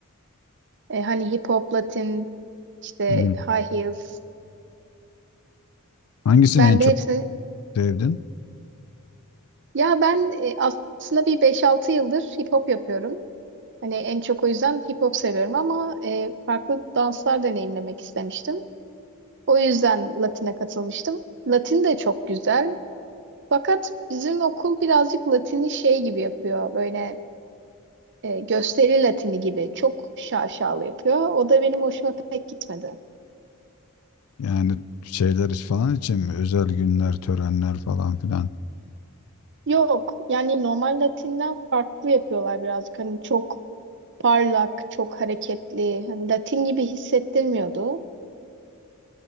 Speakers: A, on the right; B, on the left.
A: E, hani hip hop, Latin, işte
B: Hmm.
A: high heels.
B: Hangisini
A: Ben
B: en çok
A: de hepsini
B: sevdin?
A: ya ben e, aslında bir beş altı yıldır hip hop yapıyorum. Hani en çok o yüzden hip hop seviyorum ama e, farklı danslar deneyimlemek istemiştim. O yüzden Latin'e katılmıştım. Latin de çok güzel. Fakat bizim okul birazcık Latin'i şey gibi yapıyor. Böyle e, gösteri Latini gibi. Çok şaşalı yapıyor. O da benim hoşuma pek gitmedi.
B: Yani şeyler iç- falan için mi? Özel günler, törenler falan filan.
A: Yok yani normal Latin'den farklı yapıyorlar birazcık. Hani çok parlak, çok hareketli. Hani Latin gibi hissettirmiyordu.